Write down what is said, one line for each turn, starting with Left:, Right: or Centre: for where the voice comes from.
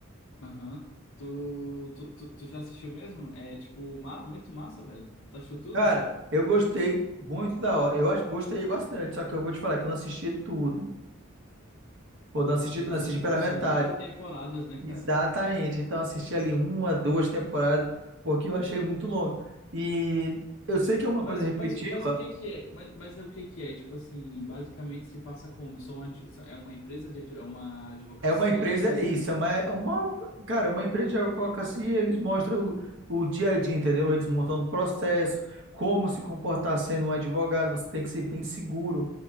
Left: Aham. Tu, tu, tu, tu já assistiu mesmo? É, tipo, ma- muito massa, velho. Tu achou tudo?
Right: Cara, eu gostei muito da hora. Eu acho que gostei bastante, só que eu vou te falar que eu não assisti tudo. Ou não assisti,
Left: É porque
Right: não assisti
Left: são, no-
Right: pela metade.
Left: são nove temporadas, né, cara?
Right: Exatamente. Então assisti ali uma, duas temporadas, porque eu achei muito longo. E eu sei que é uma
Left: Mas,
Right: coisa repetitiva,
Left: mas, mas o que que é? Mas, mas é o que que é? Tipo assim, basicamente se passa como? São adi- é uma empresa de, adi- é uma advocacia?
Right: É uma empresa, é isso, é uma, é uma, cara, é uma empresa de advocacia, eles mostram o, o dia a dia, entendeu? Eles montando o processo, como se comportar sendo um advogado, você tem que ser bem seguro